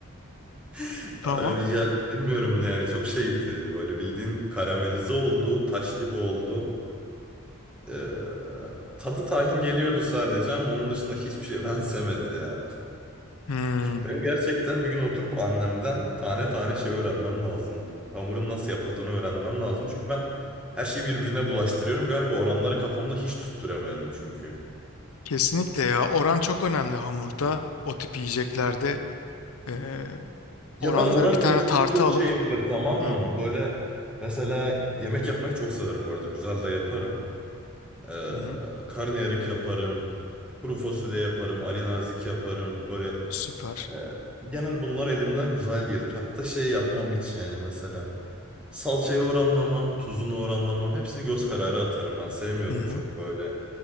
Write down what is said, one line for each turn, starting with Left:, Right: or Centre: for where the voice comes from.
Centre: <laughs>
Left: Tamam.
Centre: Abi ya bilmiyorum yani çok şeydi. Böyle bildiğin karamelize oldu, taş gibi oldu. Ee, tadı tahin geliyordu sadece ama onun dışında hiçbir şey <laughs> benzemedi ya.
Left: Hmm.
Centre: Ben gerçekten bir gün oturup annemden tane tane şey öğrenmem lazım. Hamurun nasıl yapıldığını öğrenmem lazım. Çünkü ben her şeyi birbirine bulaştırıyorum. Galiba oranları kafamda hiç tutturamıyorum çünkü.
Left: Kesinlikle ya. Oran çok önemli hamurda. O tip yiyeceklerde eee
Centre: Ya
Left: oranları
Centre: ben oran
Left: bir tane
Centre: konusunda
Left: tartı
Centre: çok
Left: alıp.
Centre: şeyimdir tamam mı?
Left: Hı
Centre: Böyle mesela yemek yapmayı çok severim bu arada. Güzel de yaparım. Ee,
Left: hı.
Centre: karnıyarık yaparım. Kuru fasulye yaparım. Ali nazik yaparım. Böyle
Left: Süper.
Centre: Ee, Genel bunlar elimden güzel gelir. Hatta şey yapmam hiç yani mesela. Salçayı oranlamam, tuzunu oranlamam. Hepsini göz kararı atarım ben. Sevmiyorum
Left: Hı hı.
Centre: çok böyle